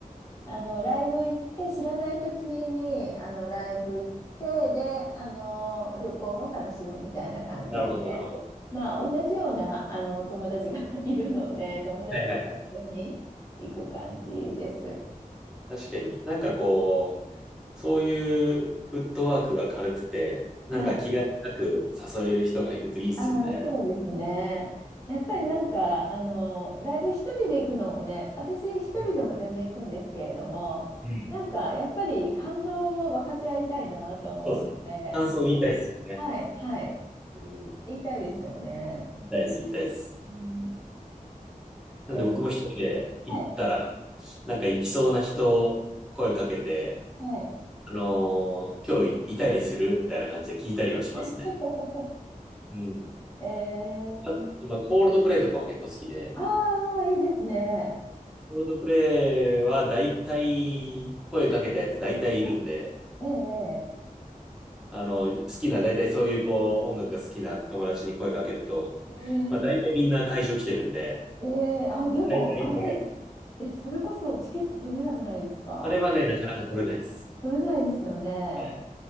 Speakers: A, on the left; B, in the centre.
A: あの、ライブ行って、知らない土地に、あの、ライブ行って、で、あの、旅行も楽しむみたいな感じで、
B: なるほど、なるほど。
A: まあ、
B: そっか
A: 同じような、あの、友達が <laughs> いるので、友達と一緒に行く感じです。
B: はいはいはい。確かに。なんかこう、そういうフットワークが軽くて、なんか気兼ねなく誘える人がいるといいですよね。
A: はい。ああ、そうですね。やっぱりなんか、
B: うん、う
A: あの、ライブ一人で行くのもね、私一人でも全然行くんですけれども、
B: んうん
A: なんか、やっぱり感動を分かち合いたいなと思うので、
B: そうですね。感想言いたいですよね。
A: はい、はい。
B: うんうん。
A: 言いたいですよね。
B: 言いたいです、言いたいです。
A: うん、
B: なんで僕も一人で行ったら、
A: でも、はい、
B: なんか行きそうな人、声かけて、
A: はい。
B: あのー今日いたりするみたいな感じで聞いたりはしますね。
A: <laughs>
B: うん。
A: えー、
B: あ、まあ、コールドプレイとかも結構好きで、
A: ああ、いいですね。
B: コールドプレイは大体、声かけたやつ大体いるんで、
A: はいね
B: あの、好きな、大体そういうこう、音楽が好きな友達に声かけると、
A: え、
B: まあ大体みんな会場来てるんで、
A: ええええあ、でも、
B: 大体こういう、
A: あれ、え、それこそチケット取れなくないですか
B: あれはね、なかなか取れないです。
A: 取れないですよね。
B: はい